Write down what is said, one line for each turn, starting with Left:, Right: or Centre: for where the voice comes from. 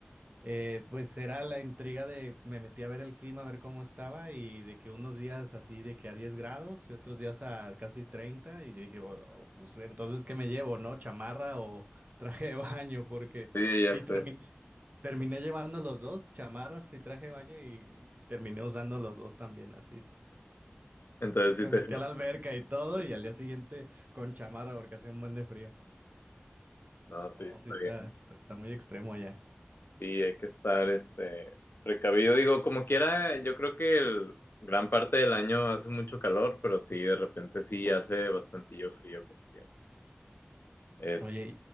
Right: Eh, pues era la intriga de me metí a ver el clima, a ver cómo estaba y de que unos días así de que a 10 grados y otros días a casi 30 y yo dije, "Oh, pues entonces ¿qué me llevo, no? ¿Chamarra o <laughs> traje de baño? Porque
Left: Sí, ya
Right: y
Left: sé.
Right: terminé, terminé llevando los dos, chamarras y traje de baño y terminé usando los dos también así.
Left: Entonces
Right: Y
Left: sí
Right: me
Left: te...
Right: metí a la alberca y todo y al día siguiente con chamarra porque hacía un buen de frío.
Left: No, sí,
Right: No,
Left: está
Right: sí está,
Left: bien.
Right: está, está muy extremo allá.
Left: Sí, hay que estar este precavido. Digo, como quiera, yo creo que el, gran parte del año hace mucho calor, pero sí, de repente sí hace bastantillo frío, como quiera. Es,
Right: Oye,